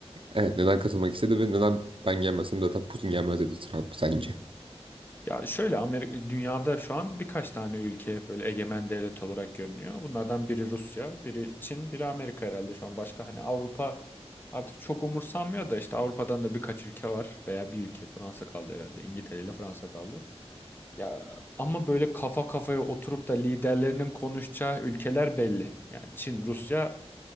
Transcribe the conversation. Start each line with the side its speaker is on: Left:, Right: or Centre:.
Right: Evet neden katılmak istedi ve neden ben gelmezsem zaten Putin gelmez dedi Trump sence?
Left: Ya şöyle Amerika, dünyada şu an birkaç tane ülke böyle egemen devlet olarak görünüyor. Bunlardan biri Rusya, biri Çin, biri Amerika herhalde şu an. Başka hani Avrupa artık çok umursanmıyor da işte Avrupa'dan da birkaç ülke var veya bir ülke Fransa kaldı herhalde. İngiltere ile Fransa kaldı. Ya ama böyle kafa kafaya oturup da liderlerinin konuşacağı ülkeler belli. Yani Çin, Rusya